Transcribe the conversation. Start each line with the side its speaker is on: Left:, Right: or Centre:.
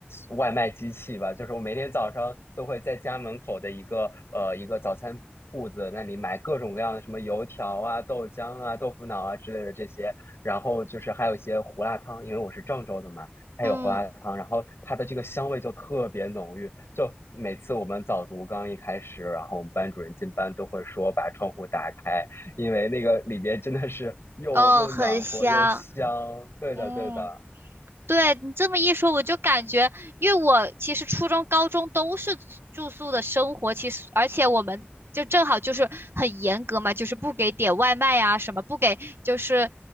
Left: 外卖机器吧。就是我每天早上都会在家门口的一个呃一个早餐铺子那里买各种各样的什么油条啊、豆浆啊、豆腐脑啊之类的这些，然后就是还有一些胡辣汤，因为我是郑州的嘛。它有胡辣汤，
Right: 嗯，
Left: 然后它的这个香味就特别浓郁。就每次我们早读刚一开始，然后我们班主任进班都会说把窗户打开，因为那个里边真的是又又暖和又香。
Right: 哦，很香。
Left: 对的，
Right: 嗯。
Left: 对的，
Right: 对你这么一说，我就感觉，因为我其实初中、高中都是住宿的生活，其实而且我们就正好就是很严格嘛，就是不给点外卖啊什么不给，就是